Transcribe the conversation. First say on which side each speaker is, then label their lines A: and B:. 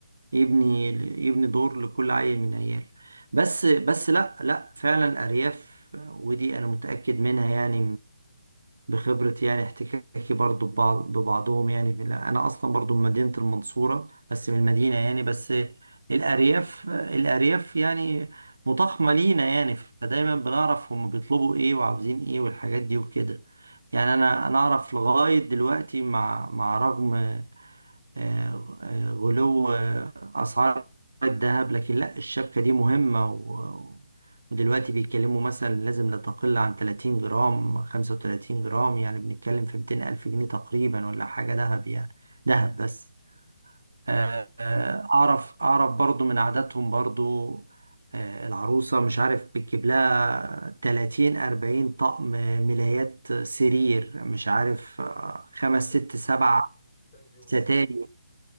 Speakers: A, on the right; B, in the centre.
A: يبني يبني دور لكل عيل من عياله بس بس لا لا فعلا أرياف ودي أنا متأكد منها يعني بخبرة يعني احتكاكي برضو ببعض ببعضهم يعني في- أنا أصلا برضو من مدينة المنصورة بس من المدينة يعني بس الأرياف الأرياف يعني متخمة لينا يعني فدايما بنعرف هم بيطلبوا إيه وعاوزين إيه والحاجات دي وكده يعني أنا أنا أعرف لغاية دلوقتي مع مع رغم آه، آه، غلو آه، أسعار الذهب لكن لا الشبكة دي مهمة و... ودلوقتي بيتكلموا مثلا لازم لا تقل عن 30 جرام 35 جرام يعني بنتكلم في 200 ألف جنيه تقريبا ولا حاجة ذهب يعني ذهب بس
B: <laughs>
A: آه، آه، أعرف أعرف برضو من عاداتهم برضو آه، العروسة مش عارف بتجيب لها 30 40 طقم ملايات سرير مش عارف آه، خمس
B: هي
A: ست سبع
B: هتعمل بيهم
A: ستاير
B: ايه دول كلهم